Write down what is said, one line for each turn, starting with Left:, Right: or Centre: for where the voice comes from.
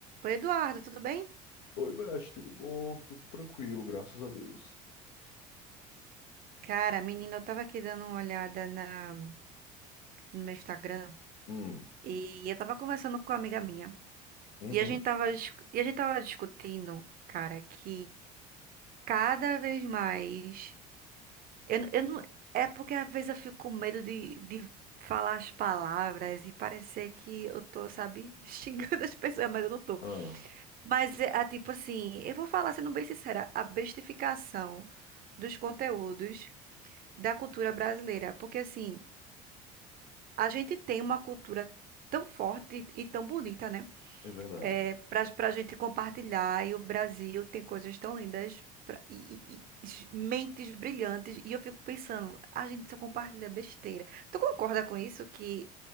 Right: Oi, Eduardo, tudo bem?
Left: Oi, Beth, tudo bom? Tudo tranquilo, graças a Deus.
Right: Cara, menina, eu tava aqui dando uma olhada na, no meu Instagram
Left: Hum,
Right: e eu tava conversando com uma amiga minha
Left: uhum,
Right: e a gente tava, dis- e a gente tava discutindo, cara, que cada vez mais. Eu, n- eu não, é porque às vezes eu fico com medo de, de falar as palavras e parecer que eu tô, sabe, <laughs> xingando as pessoas, mas eu não tô.
Left: ah,
Right: Mas é, é tipo assim, eu vou falar sendo bem sincera, a bestificação dos conteúdos da cultura brasileira, porque assim. A gente tem uma cultura tão forte e tão bonita, né?
Left: é verdade.
Right: É, para para a gente compartilhar, e o Brasil tem coisas tão lindas pra- e, e- e s- mentes brilhantes. E eu fico pensando, a gente só compartilha besteira. Tu concorda com isso? Que